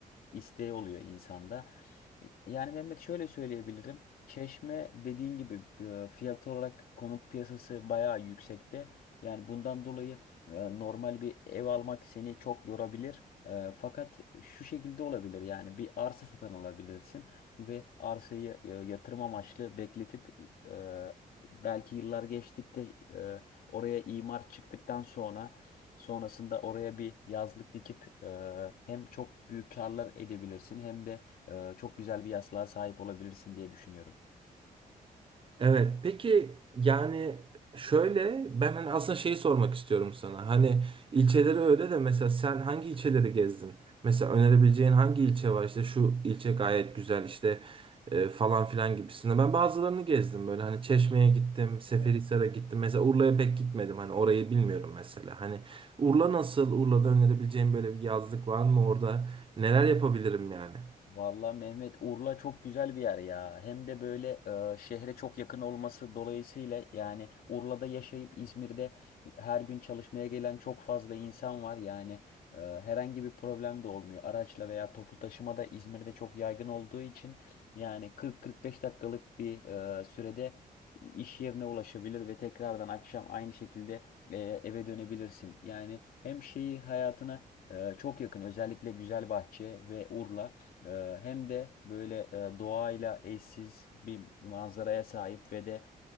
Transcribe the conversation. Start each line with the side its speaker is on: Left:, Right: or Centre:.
Left: isteği oluyor insanda. Yani Mehmet şöyle söyleyebilirim. Çeşme dediğin gibi e, fiyat olarak konut piyasası bayağı yüksekte. Yani bundan dolayı e, normal bir ev almak seni çok yorabilir. E, Fakat şu şekilde olabilir yani bir arsa satın alabilirsin ve arsayı e, yatırım amaçlı bekletip e, belki yıllar geçtikte e, oraya imar çıktıktan sonra Sonrasında oraya bir yazlık dikip e, hem çok büyük karlar edebilirsin hem de e, çok güzel bir yaslığa sahip olabilirsin diye düşünüyorum.
Right: Evet, peki yani şöyle ben hani aslında şeyi sormak istiyorum sana. Hani ilçeleri öyle de mesela sen hangi ilçeleri gezdin? Mesela önerebileceğin hangi ilçe var? İşte şu ilçe gayet güzel işte e, falan filan gibisinde. Ben bazılarını gezdim böyle hani Çeşme'ye gittim, Seferihisar'a
Left: Evet.
Right: gittim. Mesela Urla'ya pek gitmedim hani orayı bilmiyorum mesela. Hani Urla nasıl? Urla'da önerebileceğin böyle bir yazlık var mı orada? Neler yapabilirim yani?
Left: Vallahi Mehmet Urla çok güzel bir yer ya. Hem de böyle e, şehre çok yakın olması dolayısıyla yani Urla'da yaşayıp İzmir'de her gün çalışmaya gelen çok fazla insan var. Yani e, herhangi bir problem de olmuyor. Araçla veya toplu taşıma da İzmir'de çok yaygın olduğu için yani 40-45 dakikalık bir e, sürede iş yerine ulaşabilir ve tekrardan akşam aynı şekilde e, eve dönebilirsin. Yani hem şeyi hayatına e, çok yakın özellikle Güzelbahçe ve Urla. Ee, Hem de böyle e, doğayla eşsiz bir manzaraya sahip ve de